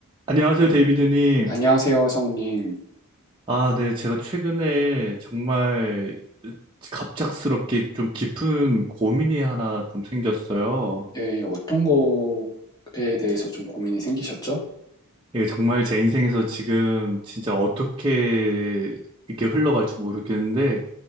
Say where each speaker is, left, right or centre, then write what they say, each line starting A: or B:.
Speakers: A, on the right; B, on the left.
A: 안녕하세요, 데이비드님.
B: 안녕하세요, 성우님.
A: 아, 네. 제가 최근에 정말 갑작스럽게 좀 깊은 고민이 하나 좀 생겼어요.
B: 예, 어떤 거에 대해서 좀 고민이 생기셨죠?
A: 이게 정말 제 인생에서 지금 진짜 어떻게 이게 흘러갈지 모르겠는데,